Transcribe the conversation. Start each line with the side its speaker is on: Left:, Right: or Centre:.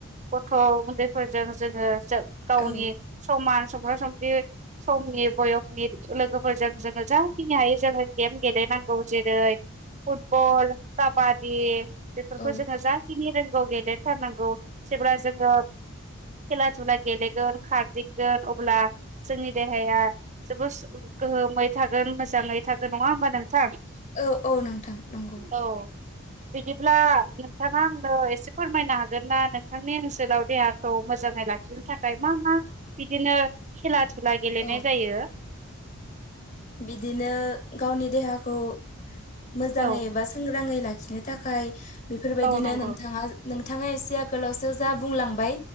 Right: गथ' उन्दैफोरजों जोङो जोब गावनि
Left: औ
Right: समान समब्रा संब्रि समनि बयसनि लोगोफोरजों जोङो जाखिनि हायो जोङो गेम गेलेनांगौ जेरै फुटबल काबादि बेफोरखौ
Left: औ
Right: जोङो जाखिनि रों गाव गेलेथारनांगौ जेब्ला जोङो खेला धुला गेलेगोन खारदिंगोन अब्ला जोंनि देहाया जोबोद गोहोमै थागोन मोजाङै थागोन नङा होमबा नों सार
Left: औ औ नोंथां नंगौ
Right: औ बिदिब्ला नोंथाङा आंनो एसे फोरमायनो हागोन ना नोंथांनि ओनसोलाव देहाखौ मोजाङै लाखिनो थाखाय मा मा मा बिदिनो खेला ला गेलेनाय
Left: औ
Right: जायो।
Left: बिदिनो गावनि देहाखौ मोजाङै
Right: औ
Left: एबा सांग्राङै लाखि नो थाखाय बेफोरबायदिनो
Right: औ नंगौ
Left: नोंथांया बिथाङा एसे आगोलावसो जा बुंलांबाय